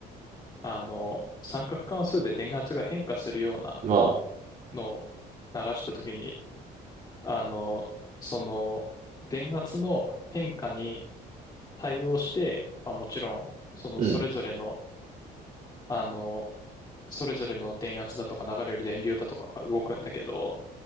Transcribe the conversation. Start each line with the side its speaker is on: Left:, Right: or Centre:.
Left: あの三角関数で電圧が変化するような
Right: まあ。
Left: のを流したときに、あの、その電圧の変化に対応して、まあ、もちろん、そのそれぞれの、
Right: うん。
Left: あの、それぞれの電圧だとか流れる電流だとかが動くんだけど、